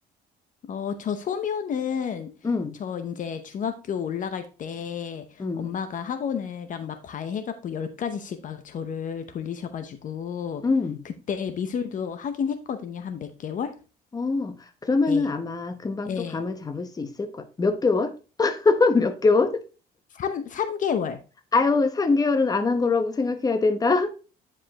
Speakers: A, on the left; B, on the left.
A: 어, 저 소묘는
B: 응,
A: 저 이제 중학교 올라갈 때
B: 응,
A: 엄마가 학원이랑 막 과외해갖고 열 가지씩 막 저를 돌리셔가지고
B: 응.
A: 그때 미술도 하긴 했거든요. 한 몇 개월?
B: 어, 그러면은
A: 네.
B: 아마 금방
A: 예.
B: 또 감을 잡을 수 있을 거야. 몇 개월? <laughs> 몇 개월?
A: 삼, 삼개월
B: 아유, 3개월은 안 한 거라고 생각해야 된다.